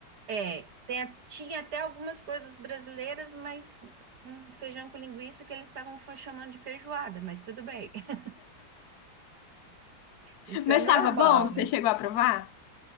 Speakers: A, on the right (about 55°); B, on the left (about 65°).
A: É, tem a- tinha até algumas coisas brasileiras, mas um feijão com linguiça que eles estavam fa- chamando de feijoada, mas tudo bem. <laughs> Isso
B: Mas
A: é normal,
B: estava bom? Você
A: né?
B: chegou a provar?